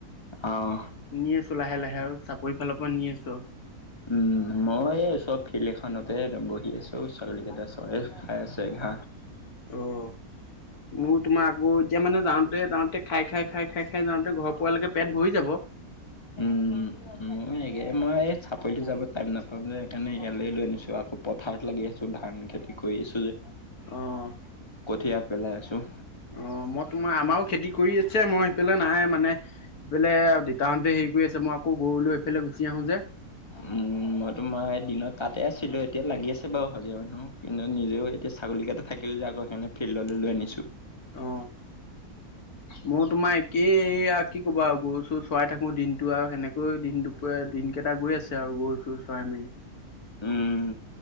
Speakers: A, on the left; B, on the left.
A: আহ।
B: নি আছো লাহে লাহে আৰু চাপৰি ফালৰ পৰা নি আছো।
A: উম মই চব ফিল্ড এখনতে বহি আছো ছাগলী কেইটা চব খাই আছো হ।
B: আহ। মোৰ তোমাৰ আকৌ এতিয়া মানে যাওঁতে যাওঁতে খাই খাই খাই খাই খাই যাওঁতে ঘৰৰ পোৱালৈকে পেট ভৰি যাব
A: উম এনেকে মই চ পি যাব টাইম নাপাওঁ যে সেইকাৰণে ইয়ালৈ লৈ আনিছোঁ আকৌ পথাৰত লাগি আছোঁ ধান খেতি কৰি আছোঁ যে
B: অ'।
A: কঠিআ পেলাই আছো।
B: অ মই তোমাৰ আমাৰো খেতি কৰি আছে মই সিফালে নাই মানে সিফালে দেতাহতে। আছে মই আকৌ গৰু লৈ এইফালে। গুচি আহো যে
A: উম মই তোমাৰ দিনত তাতে আছিলো এতিয়া লাগি আছে বাৰু হাজিয় মানুহ কিন্তু নিজেও এতিয়া ছাগলীকেইটা থাকিল যে আকৌ সেইকাৰে ফিল্ডলৈ লৈ আনিছো।
B: অ মই তোমাৰ একেই আৰু কি ক'বা আৰু গৰু চো চৰাই থাকোঁ দিনটো আৰু সেনেকৈ দিন দুপ দিনকেইটা। টা গৈ আছে আৰু গৰু চৰু চৰাই মেলি।
A: উম